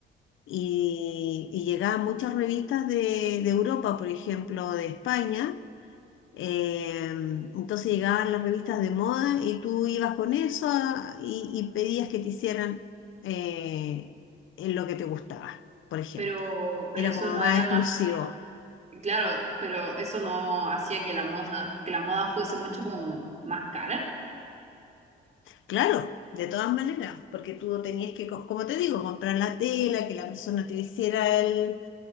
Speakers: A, on the left; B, on the right.
A: y, y llegaban muchas revistas de, de Europa, por ejemplo, de España eh, entonces llegaban las revistas de moda y tú ibas con eso a- y, y pedías que te hicieran eh, en lo que te gustaba, por ejemplo.
B: Pero, pero
A: Era
B: eso
A: como
B: no
A: más
B: era
A: exclusivo.
B: más, claro, pero eso no hacía que la moda, que la moda fuese mucho como más cara.
A: Claro, de todas maneras, porque tú tenías que, co- como te digo, comprar la tela, que la persona te hiciera el,